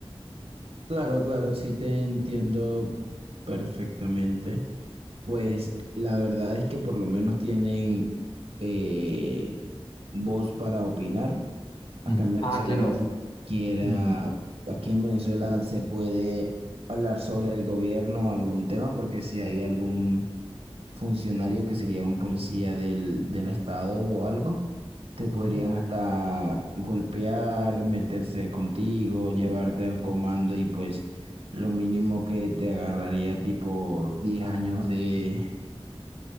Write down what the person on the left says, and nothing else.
Ujú.
Ah, claro.
Mm,
ujú.